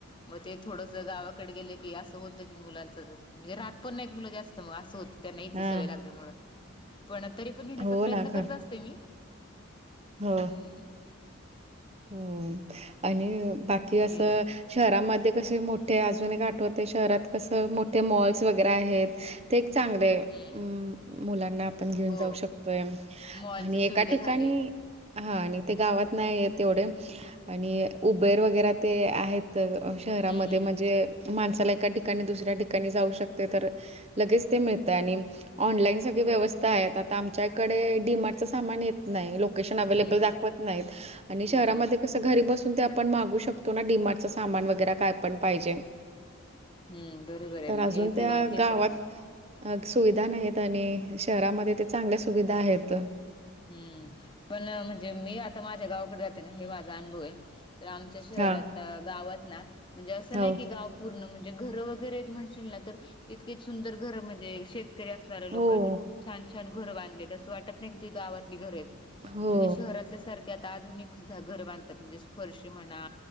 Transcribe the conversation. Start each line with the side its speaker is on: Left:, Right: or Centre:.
Left: मग ते थोडंसं गावाकडे गेलं की असं होतं की मुलांच म्हणजे, राह त पण नाही मुलं जास्त मग असं होत त्यांना इथची
Right: हा
Left: सवय लागल्या, मूळ पण तरी पण नेण्याचा
Right: हो
Left: प्रयत्न
Right: ना खर
Left: करत असते मी....
Right: हो
Left: हम्म...
Right: हो आणि बाकी असं
Left: न्यायला
Right: शहरामध्ये कसे मोठे अजून एक आठवते शहरात कसं मोठे मॉल्स वगैरे आहेत... ते एक चांगले, अ
Left: हम्म
Right: मुलांना आपण घेऊन,
Left: हो
Right: जाऊ शकतोय,
Left: मॉलची
Right: आणि
Left: सुविधा
Right: एका ठिकाणी
Left: झाली
Right: हा आणि ते गावात नाही आहेत, तेवढे आणि उबेर वगैरे ते आहेत, तर शहरामध्ये
Left: हम्म
Right: म्हणजे, माणसाला एका ठिकाणी, दुसऱ्या ठिकाणी, जाऊ शकते तर लगेच ते मिळत, आणि ऑनलाईन सगळी व्यवस्था आहेत, आता आमच्याकडे, डीमार्टच सामान येत. नाही, लोकेशन अवेलेबल
Left: हम्म हम्म
Right: दाखवत नाहीत, आणि
Left: हम्म
Right: शहरामध्ये कसं, घरी बसून ते आपण मागू शकतो ना, डिमार्टच सामान वगैरे काय पण पाहिजे,
Left: हम्म बरोबर आहे
Right: तर,
Left: ना
Right: अजून
Left: हे ते
Right: त्या
Left: ते
Right: गावात
Left: तर आहे
Right: अ सुविधा नाहीत आणि, शहरामध्ये ते चांगल्या सुविधा आहेत.
Left: हम्म, पण म्हणजे मी आता माझ्या गावाकडे जाते ना, हे माझा अनुभव आहे, तर आमच्या शहरात
Right: हां,
Left: गावात ना, म्हणजे असं
Right: हो.
Left: नाही की गाव पूर्ण म्हणजे, घरं वगैरे म्हणशील ना, तर इतकीे सुंदर घरं म्हणजे श शेतकरी असणाऱ्या लोकांनी,
Right: हो,
Left: खूप छान, छान, घर बांधले आहेत. असं वाटत नाही, की ते गावातली घर आहेत.
Right: हो,
Left: म्हणजे शहरातल्या सारखे, आता आधुनिक घर बांधतात, म्हणजे फरशी म्हणा,